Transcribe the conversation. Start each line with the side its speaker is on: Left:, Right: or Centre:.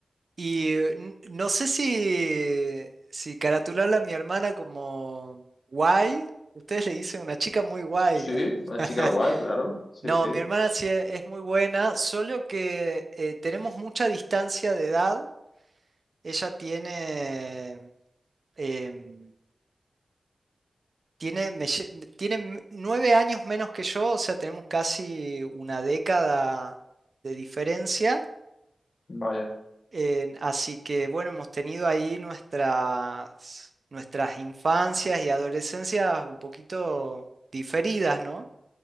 Right: Y eh, n- no sé si, si caratularla a mi hermana como guay, ustedes le dicen una chica muy guay.
Left: Sí, una
Right: <laughs>
Left: chica guay, claro. Sí,
Right: No,
Left: sí,
Right: mi hermana sí e- es muy buena, solo que eh, tenemos mucha distancia de edad. Ella tiene em, tiene, me lle- me- tiene m- nueve años menos que yo, o sea, tenemos casi una década de diferencia.
Left: vaya.
Right: en- así que bueno, hemos tenido ahí nuestras, nuestras infancias y adolescencias un poquito diferidas, ¿no?